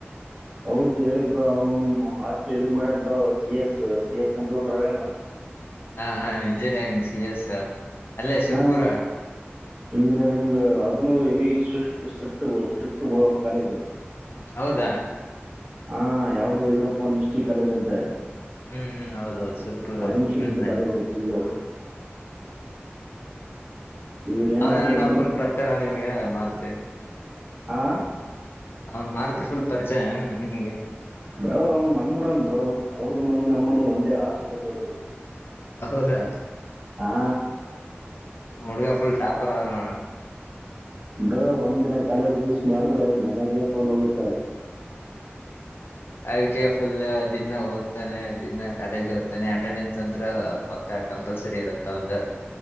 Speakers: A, on the right; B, on the left.
A: ಹೌದು ಹೇಳಿ ಬ್ರೋ ಅವ್ನು ಮಾರ್ಕು ಇದು ಮಾಡೇನ್ bro C S C S ಕಂಪ್ಯೂಟರೇನು?
B: ಹಾ ಹ ಇಂಜಿನಿಯರಿಂಗ್ ಸಿ ಎಸ್ ಅಲ್ಲೇ
A: ಹಾ
B: ಸುರ್ಪುರ.
A: ಇಂಜಿನಿಯರಿಂಗ್ ಅದನ್ನು ಹೆವಿ <unintelligible> ಕಾಲೇಜು
B: ಹೌದಾ
A: ಹಾ ಯಾವ್ದು ಯುರಪ್ಪ ನಿಸ್ತಿ ಕಾಲೇಜು ಅಂತೆ
B: ಹ್ಮ್ ಹ್ಮ್ ಹೌದೌದು್ ಸ್ವಲ್ಪ ದೂರ
A: ಅದನ್ನು
B: ಇದೆ
A: ಸ್ಟ್ರಿಕ್ಟ್
B: ಹ್ಮ್ ಆಯ್ತ್
A: ಕಾಲೇಜು ಫುಲ್ಲು ಇವ್ರೇನಾದ್ರು
B: ಅವ್ನ್ ಏನ್
A: ಒಂದ್
B: ಫುಲ್ ಪರಿಚಯನ ನಿಮ್ಗೆ ಮಾರುತಿ
A: ಹಾ
B: ಅವನ್ ಮಾಡ್ತ ಫುಲ್ ಪರಿಚಯ ನಿಮ್ಗೆ
A: ಬ್ರೋ ಅವ್ನ್ ನಮ್ಮೂರನ್ ಬ್ರೋ ಅವ್ರದ್ದ ಮನಿ ನಮ್ಮ ಮನಿ ಒಂದೇ ಆಜು ಬಾಜು ಇರೋದು
B: ಹೌದಾ
A: ಹಾ
B: ನಮ್ಮ ಹುಡ್ಗ ಫುಲ್ ಟಾಪರ್ ನ
A: ಬ್ರೋ ಒಂದಿನ ಕಾಲೇಜ್ ಮಿಸ್ ಮಾಡಿದ್ರೆ ಮನೆಗೆ ಫೋನ್ ಹೋಗುತ್ತೆ
B: ಅದಕ್ಕೆ ಫುಲ್ ದಿನ ಓದ್ತಾನೆ ದಿನ ಕಾಲೇಜ್ ಹೋಗ್ತಾನೆ ಅಟೆಂಡೆನ್ಸ್ ಅಂತ ಪಕ್ಕ ಕಂಪಲ್ಸರಿ ಇರತ್ತ ಒಂದು